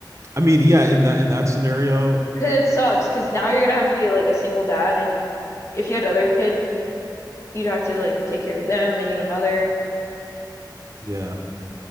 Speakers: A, on the right; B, on the left.
A: I mean, yeah, in that in that scenario,
B: 'Cause it sucks, 'cause now you're gonna have to be like a single dad, and if you had other kids, you'd have to like take care of them. They need a mother.
A: yeah.